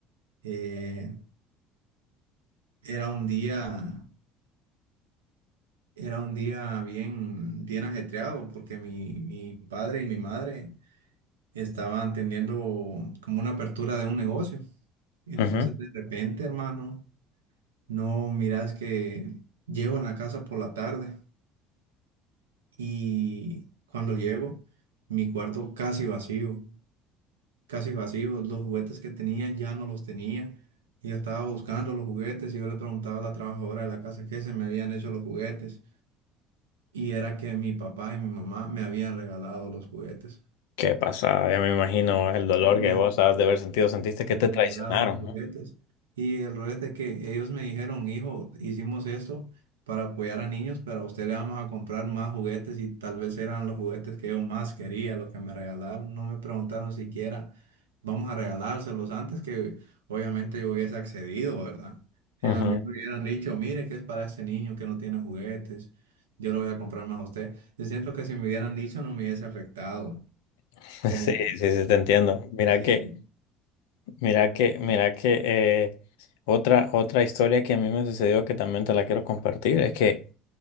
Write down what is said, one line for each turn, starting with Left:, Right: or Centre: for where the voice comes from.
Right: eh, era un día. Era un día bien, bien ajetreado porque mi, mi padre y mi madre estaban teniendo como una apertura de un negocio. Entonces,
Left: ujú.
Right: de repente, hermano, no miras que llego a la casa por la tarde y cuando llego, mi cuarto casi vacío, casi vacío. Los juguetes que tenía ya no los tenía. Ella estaba buscando los juguetes y yo le preguntaba a la trabajadora de la casa qué se me habían hecho los juguetes. Y era que mi papá y mi mamá me habían regalado los juguetes.
Left: ¿Qué pasa? Ya me imagino el dolor
Right: Y
Left: que
Right: me
Left: vos has de haber sentido, sentiste que
Right: me
Left: te traicionaron,
Right: regalaron los juguetes.
Left: ¿no?
Right: Y el rollo es de que ellos me dijeron, hijo, hicimos esto para apoyar a niños, pero a usted le vamos a comprar más juguetes y tal vez eran los juguetes que yo más quería, los que me regalaron. No me preguntaron siquiera, vamos a regalárselos antes que obviamente yo hubiese accedido, ¿verdad? Si
Left: Ujú.
Right: a mí me hubieran dicho, mire, que es para ese niño que no tiene juguetes, yo lo voy a comprar más a usted. Yo siento que si me hubieran dicho no me hubiese afectado.
Left: <laughs> Sí,
Right: Como,
Left: sí, sí, te entiendo. Mira
Right: sí.
Left: que, mira que, mira que eh, otra, otra historia que a mí me sucedió que también te la quiero compartir es que